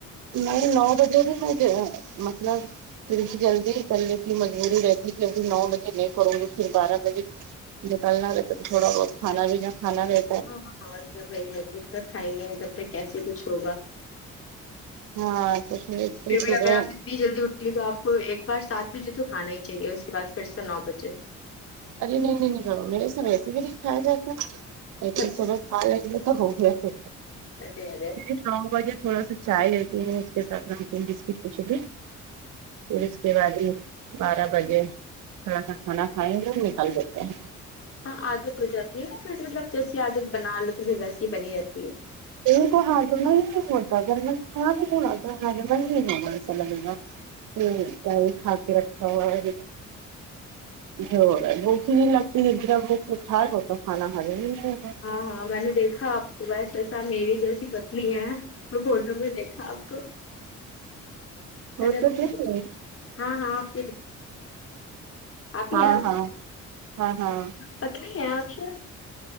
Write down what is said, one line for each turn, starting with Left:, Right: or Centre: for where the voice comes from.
Right: میں نو بجے سے <unintelligible> پھر بھی جلدی نکلنے کی مجبوری رہتی کیونکہ نو بجے نہیں کرو گی پھر بارہ بجے نکلنا رہتا تو تھوڑا بہت کھانا بینا کھانا رہ
Left: <unintelligible> تو کیسے کچھ ہوگا
Right: ہاں تو
Left: پھر بھی
Right: صبح
Left: اگر آپ اتنی جلدی اٹھتی ہوں تو آپ کو ایک بار سات بجے تو کھانا ہی چاہیے اس کے بعد پھر سے نو بجے
Right: ارے نہیں نہیں نہیں میرے سے ویسے بھی نہیں کھایا جاتا ای
Left: اچھا
Right: سب کھالے یہ تو ہو گیا پھر
Left: آرےآرے
Right: تو نو باجے تھوڑا سا چائے لیتی ہوں اس کے ساتھ لیتی ہوں بسکٹ کچھ بھی پھر اس کے بعد ہی بارہ بجے تھوڑا سا کھانا کھائیں گے نیکال دیتے ہیں
Left: ہاں عادت ہو جاتی ہے نا پھر مطلب جیسی عادت بنا لو تو پھر ویسی ہی بنی رہتی ہے
Right: <inaudible> ہمم کیا ہی کھا کے رکھا ہوا ہے نیہں ہورہ ہیں بھوک نہیں لگتی ادھر بخار ہوتا کھانا کھا کر
Left: ہاں ہاں میں نے دیکھا آپ کو وس ایسا میری جیسی پتلی ہے وہ فوٹو میں دیکھا آپ کو <unintelligible>
Right: وہ تو دیکھیے
Left: آپ ہی
Right: ہاں
Left: ہیں نا
Right: ہاں ہاں ہاں
Left: پتلی ہے آپ سے